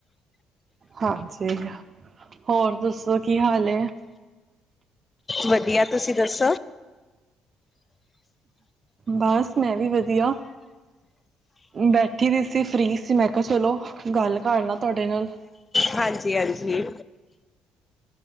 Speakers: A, on the right (about 45°); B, on the left (about 25°).
A: ਹਾਂਜੀ ਹੋਰ ਦੱਸੋ ਕੀ ਹਾਲ
B: ਵਧੀਆ ਤੁਸੀਂ ਦੱਸੋ
A: ਬਸ ਮੈਂ ਵੀ ਵਧੀਆ ਬੈਠੀ ਵੀ ਸੀ ਫ੍ਰਰੀ ਸੀ ਮੈਂ ਕਿਹਾ ਚਲੋ ਗੱਲ ਕਰਲਾ ਤੁਹਾਡੇ ਨਾਲ
B: ਹਾਂਜੀ -ਹਾਂਜੀ